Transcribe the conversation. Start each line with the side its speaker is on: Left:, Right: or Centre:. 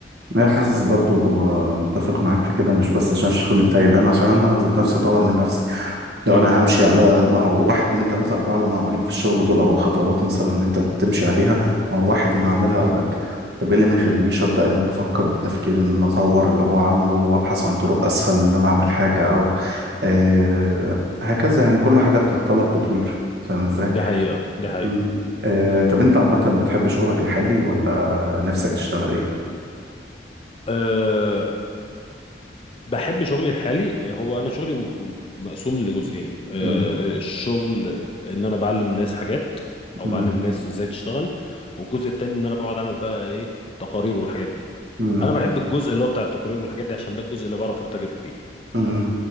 Right: انا
Left: بس
Right: حاسس برضو آه، متفق معاك في كده مش بس عشان الشغل بتاعي يبان عشان انا ذات نفسي اطور من نفسي لو
Left: امم
Right: انا همشي على ما هو واحد اتنين تلاته اربعه اللي معمولين في الشغل دول او الخطوات مثلا اللي انت تمشي عليها ما هو واحد اللي عاملها قبلك طب ايه اللي ما يخلينيش
Left: امم
Right: ابدا ان انا افكر بتفكير ان انا اطور اللي هو عامله وابحث عن طرق اسهل ان انا اعمل حاجه او آه هكذا يعني كل حاجه بتتطلب تطوير فاهم ازاي؟
Left: ده حقيقه ده حقيقه
Right: م. آه طب انت عامه بتحب شغلك الحالي ولا نفسك تشتغل ايه؟
Left: <clears throat> بحب شغلي الحالي هو انا شغلي م- مقسوم لجزئين آه،
Right: مم.
Left: الشغل ان انا بعلم الناس حاجات او
Right: مم.
Left: بعلم الناس ازاي تشتغل والجزء التاني ان انا بقعد اعمل بقى ايه تقارير والحاجات دي
Right: مم.
Left: انا بحب الجزء اللي هو بتاع التقارير والحاجات دي عشان ده الجزء اللي بعرف ارتجل فيه
Right: مم.